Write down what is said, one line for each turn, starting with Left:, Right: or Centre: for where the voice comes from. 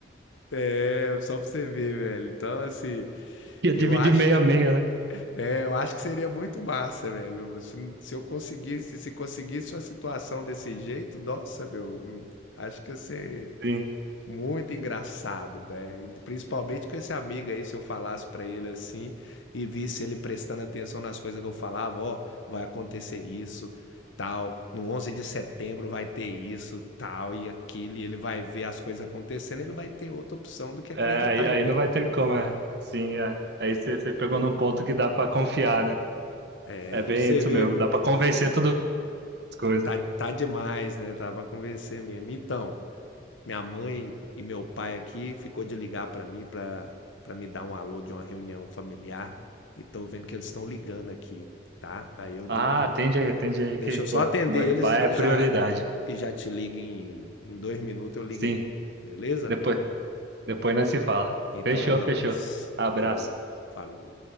Left: É, só pra você ver, velho. Então, assim,
Right: ia
Left: eu
Right: dividir
Left: acho,
Right: meio a meio, né?
Left: é, eu acho que seria muito massa, velho. Se, se eu conseguisse, se conseguisse uma situação desse jeito, nossa, meu, acho que ia ser
Right: Sim.
Left: Muito engraçado, né? E Principalmente com esse amigo aí, se eu falasse pra ele assim e visse ele prestando atenção nas coisas que eu falava, ó, vai acontecer isso, tal, no 11 de setembro vai ter isso, tal e aquilo, e ele vai ver as coisas acontecendo, ele vai ter outra opção do que acreditar
Right: É, aí, aí
Left: em mim.
Right: não vai ter como, é. Sim, é. Aí você você pegou num ponto que dá pra confiar, né?
Left: Pra
Right: É bem
Left: você
Right: isso
Left: ver,
Right: mesmo,
Left: meu,
Right: dá pra convencer todas as coisas.
Left: tá, tá demais, né? Tava a convencer mesmo. Então, Minha mãe e meu pai aqui ficou de ligar para mim para para me dar um alô de uma reunião familiar, e tô vendo que eles estão ligando aqui, tá? Aí eu
Right: Ah,
Left: dou um
Right: atende aí, atende aí
Left: deixa
Right: que,
Left: eu
Right: pô,
Left: só atender
Right: mãe
Left: eles
Right: e pai
Left: e
Right: é prioridade.
Left: já e já te ligo em em 2 minutos eu ligo
Right: Sim,
Left: aí, beleza?
Right: depois, depois nós se fala.
Left: Então
Right: Fechou,
Left: é nóis.
Right: fechou. Abraço.
Left: Falou, falou.